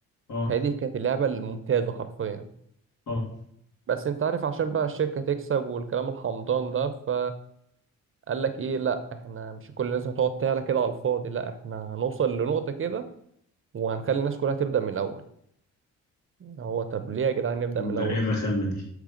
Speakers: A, on the left (about 65°); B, on the right (about 45°).
A: اه
B: هذه كانت اللعبه الممتازه حرفيا
A: اه
B: بس انت عارف عشان بقى الشركه تكسب والكلام الحمضان ده ف قال لك ايه لا احنا مش كل الناس هتقعد تعلى كده على الفاضي لا احنا هنوصل لنقطة كده وهنخلي الناس كلها تبدأ من الأول هو طب ليه يا جدعان نبدأ من الأول
A: ده ايه الرخامه دي